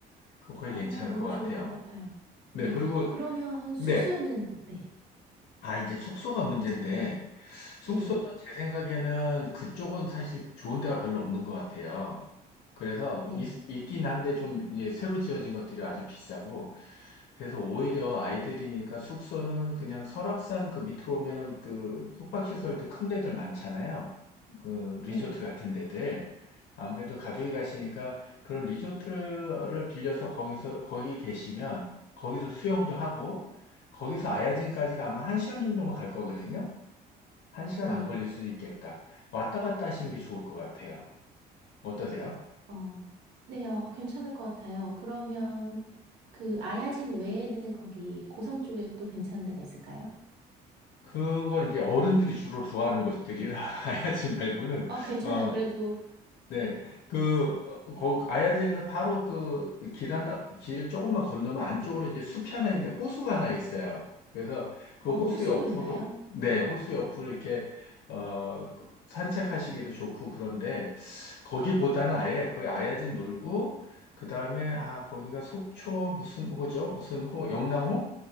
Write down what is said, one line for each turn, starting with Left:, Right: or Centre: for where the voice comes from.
Left: 그거 거의
Right: 어,
Left: 괜찮을
Right: 너무
Left: 것 같아요.
Right: 좋을 것 같아요. 네.
Left: 네, 그리고,
Right: 그러면 숙소는,
Left: 네,
Right: 네.
Left: 아, 이제 숙소가 문제인데,
Right: 어떻게,
Left: 숙소는
Right: 네.
Left: 제 생각에는 그쪽은 사실 좋은 데가 별로 없는 것 같아요. 그래서
Right: 네.
Left: 있, 있긴 한데 좀 이제 새로 지어진 것들이 아주 비싸고, 그래서 오히려 아이들이니까 숙소는 그냥 설악산 그 밑으로 오면은 그 숙박시설도 큰 데들 많잖아요. 그 리조트
Right: 네.
Left: 같은 데들. 아무래도 가족이 가시니까 그런 리조트를 빌려서 거기서, 거기 계시면 거기서 수영도 하고, 거기서 아야진까지가 아마 한시간 정도만 갈 거거든요. 한시간안
Right: 네.
Left: 걸릴 수도 있겠다. 왔다 갔다 하시는 게 좋을 것 같아요. 어떠세요?
Right: 어, 네. 어, 괜찮을 것 같아요. 그러면 그 아야진 외에는 거기 고성 쪽에 또 괜찮은 데가 있을까요?
Left: 그건 이제 어른들이 주로 좋아하는 곳들이라 <laughs> 아야진 말고는
Right: 어, 괜찮아요.
Left: 어,
Right: 그래도,
Left: 네, 그, 어, 거, 아야진에서 바로 그 길 하나, 길 조금만 건너면 안쪽으로 이제 숲이 하나 있는데 호수가 하나 있어요. 그래서 그
Right: 어,
Left: 호수
Right: 호수도
Left: 옆으로,
Right: 있나요?
Left: 네, 호수 옆으로 이렇게, 어, 그 산책하시기도 좋고 그런데 거기보다는 아예 그 아야진 놀고, 그 다음에, 아, 거기가 속초 무슨 호죠? 무슨 호, 영랑호?